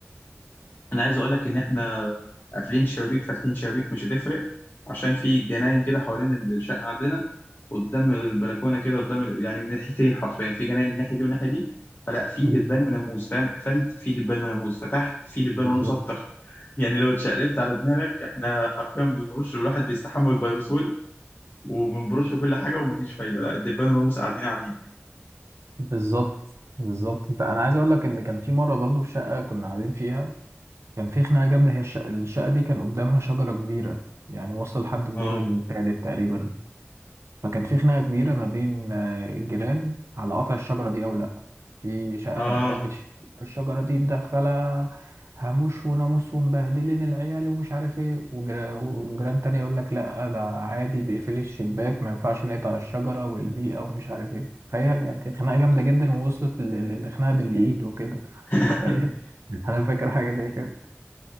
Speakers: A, on the left; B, on the right.
A: انا عايز اقول لك ان احنا قافلين شبابيك فاتحين شبابيك مش هتفرق عشان في جناين كده حوالين الشقه عندنا قدام البلكونه كده قدام ال- يعني من ناحيتين حرفيا في جناين من الناحيه دي والناحيه دي فلا في
B: مم.
A: دبان وناموس فاهم قفلت في دبان وناموس فتحت في دبان
B: بالظبط
A: وناموس اكتر <laughs> يعني لو اتشقلبت على دماغك احنا حرفيا بنرش الواحد بيستحمل الفيروسول وبنبرش كل حاجه ومفيش فايده لا الدبان والناموس قاعدين قاعدين
B: بالظبط بالظبط انت انا عايز اقول لك ان كان في مره برضو في شقه كنا قاعدين فيها كان في خناقه جامده هي الشقه, الشقة دي كان قدامها شجره كبيره يعني واصله لحد الدور
A: اه
B: الثالث تقريبا فكان في خناقة كبيرة ما بين آه، الجيران على قطع الشجرة دي أو لأ في شقة
A: اه
B: ناس بتشتكي الشجرة دي مدخلة هاموش وناموس ومبهدلين العيال ومش عارف ايه وجر- وجيران تاني يقول لك لأ ده عادي بيقفلي الشباك ما ينفعش نقطع الشجرة والبيئة ومش عارف ايه تخيل يعني كانت خناقة جامدة جدا ووصلت ل- ل- لخناقة بالإيد وكده <laughs>
A: <laughs>
B: متخيل أنا فاكر حاجة زي كده